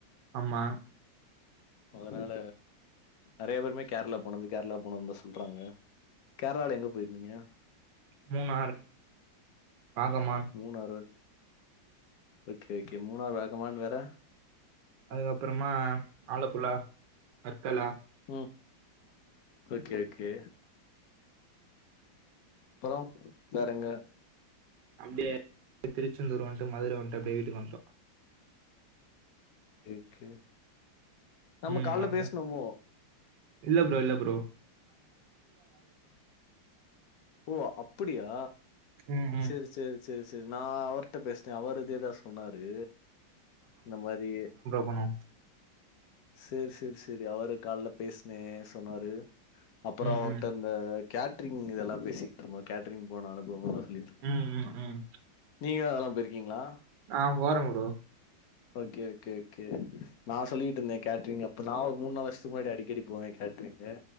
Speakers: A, on the right; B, on the left.
A: ஆம்மா
B: அதனால நறைய பேருமே கேர்ளா போனது கேர்ளா போனோன்தா சொல்றாங்க கேர்ளால எங்க போயிருக்கிங்க
A: மூணாற் பாகமான்
B: மூணாறு ஓகே ஓகே மூணாறு வாகமான் வேற
A: அதுக்கப்பறமா ஆலப்புழா வட்களா
B: ம் ஓகே ஓகே அப்புற வேறெங்க
A: அப்டியே திருச்செந்தூர் வன்ட்டு மதுர வன்ட்டு அப்டியே வீட்டுக்கு வன்ட்டோ
B: ஓகே நம்ம
A: ம்
B: கால்ல
A: அங்க
B: பேச்னமோ
A: இல்ல ப்ரோ இல்ல ப்ரோ
B: ஓ அப்புடியா
A: ம் ம்
B: செர் செர் செர் செர் நா அவர்ட பேச்டே அவரு இதேதா சொ சொன்னாரு இந்த மாரி
A: போனோ
B: சேர் சேர் சேர் அவரு கால்ல பேச்னே சொன்னாரு அப்புற
A: ம்
B: அவர்ட
A: ம்
B: இந்த கேட்ரிங் இதெல்லா பேசிட்ருந்தோ கேட்ரிங் போன அனுபவல
A: ம் ம் ம்
B: நீங்க அதெல்லா போயிருக்கீங்ளா
A: ஆ போற ப்ரோ
B: ஓகே ஓகே ஓகே நா சொல்லிகிட்டு இருந்த கேட்ரிங் அப்ப நா ஒரு மூண் நாள் வர்ஷத்துக்கு முன்னாடி அடிக்கடி போவே கேட்ரிங் ஏ